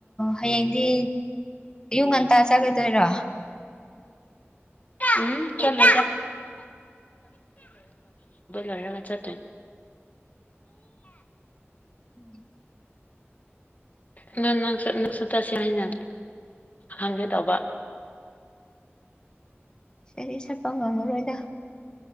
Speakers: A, on the left (about 20°); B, on the left (about 35°).
A: ꯍꯌꯦꯡꯗꯤ ꯌꯨ ꯉꯟꯇꯥ ꯆꯥꯒꯗꯣꯏꯔꯣ
B: ꯎꯝ ꯆꯒꯨꯕ ꯂꯔꯒ ꯆ
A: ꯎꯝ
B: ꯎꯪꯪ ꯇꯠꯁꯦ ꯍꯥꯏꯅ ꯍꯪꯦ ꯇꯧꯕ
A: ꯏꯁꯩ ꯁꯠꯄ ꯉꯝꯃꯔꯣꯏꯗ